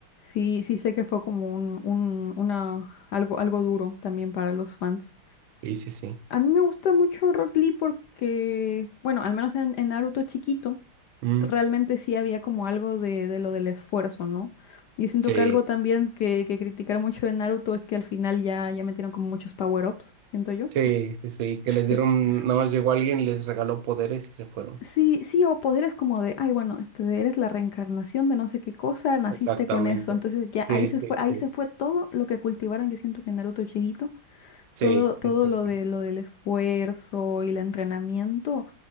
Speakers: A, on the left; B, on the right.
A: Sí, sí sé que fue como un, un, una, algo, algo duro también para los fans.
B: Y sí, sí.
A: A mí me gusta mucho Rock Lee porque, bueno, al menos en, en Naruto chiquito,
B: Mm,
A: realmente sí había como algo de, de lo del esfuerzo, ¿no? Yo siento
B: sí,
A: que algo también que, que criticar mucho de Naruto es que al final ya, ya metieron como muchos power-ups, siento yo.
B: sí, sí, sí, que les dieron,
A: <laughs>
B: nada más llegó alguien, les regaló poderes y se fueron.
A: Sí, sí, o poderes como de, ay, bueno, este, de- eres la reencarnación de no sé qué cosa, naciste
B: Exactamente.
A: con eso. Entonces ya
B: Sí,
A: ahí se
B: sí,
A: fue, ahí
B: sí.
A: se fue todo lo que cultivaron, yo siento que en Naruto chiquito,
B: Sí,
A: todo,
B: sí,
A: todo
B: sí,
A: lo
B: sí.
A: de lo del esfuerzo y el entrenamiento,